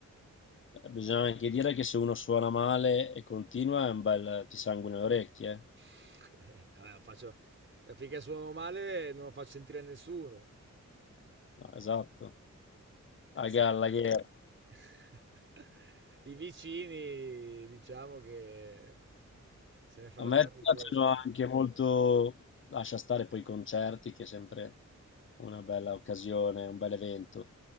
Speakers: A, on the left (about 40°); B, on the right (about 40°).
A: Eh, Bisogna anche dire che se uno suona male e continua è un bel ti sanguina le orecchie. eh.
B: <laughs> Eh, Vabbè, faccio- finché suono male non lo faccio sentire a nessuno.
A: No, esatto.
B: Eh,
A: A
B: sai,
A: Gallagher.
B: <laughs> i vicini diciamo che se ne faranno
A: A me
B: una ragione.
A: piacciono anche molto, lascia stare poi i concerti, che è sempre una bella occasione, un bel evento,